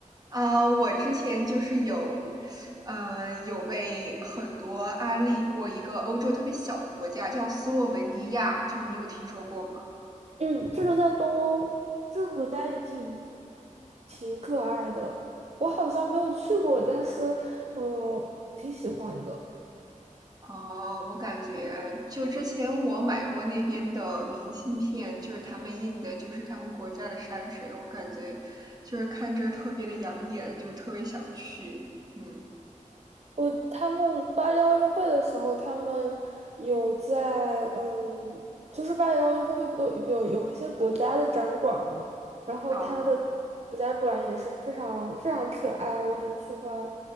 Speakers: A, on the right; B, on the right.
A: 啊、我之前就是有，呃，有被很多安利过一个欧洲特别小的国家，叫斯洛文尼亚，就你有听说过吗？
B: 嗯，这个在东欧，这个国家也挺挺可爱的。我好像没有去过，但是嗯、呃挺喜欢的。
A: 哦，我感觉就之前我买过那边的明信片，就是他们印的，就是他们国家的山水，我感觉就是看着特别的养眼，就特别想去，嗯，
B: 我他们巴黎奥运会的时候，他们有在嗯，就是巴黎奥运会不都有有一些国家的展馆嘛，然后它的
A: 啊好。
B: 国家馆也是非常非常可爱，我很喜欢。